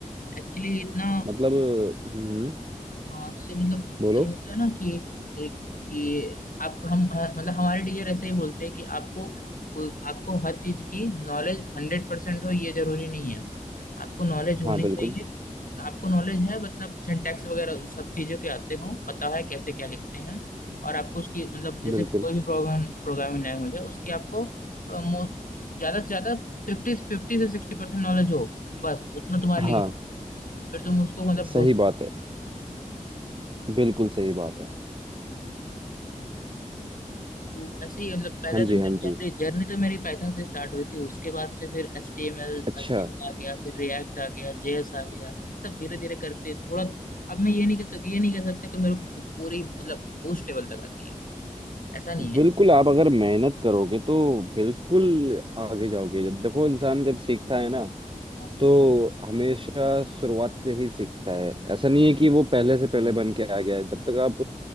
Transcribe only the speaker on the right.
मतलब अ, हम्म
बोलो
हाँ बिल्कुल
बिल्कुल
हाँ
सही बात है बिल्कुल सही बात है
हाँ
जी
हाँ जी
अच्छा
बिल्कुल
आप अगर मेहनत करोगे तो बिल्कुल आगे जाओगे जब देखो इंसान जब सीखता है ना
तो हमेशा शुरुआत से ही सीखता है ऐसा नहीं है कि वो पहले से पहले बन के आ गया है जब तक आप